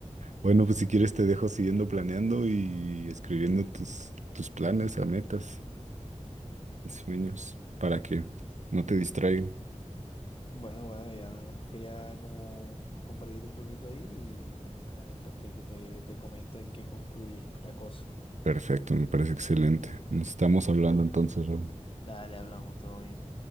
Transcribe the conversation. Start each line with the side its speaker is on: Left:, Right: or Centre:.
Right: Bueno, pues si quieres te dejo siguiendo planeando y escribiendo tus, tus planes a metas y sueños para que no te distraigan.
Left: Bueno, bueno, ya nada más quería como compartirte un poquito ahí y bueno, ya después te, te, te comento en qué concluye la cosa.
Right: Perfecto, me parece excelente. Nos estamos hablando entonces, Raúl.
Left: Dale, hablamos, todo bien.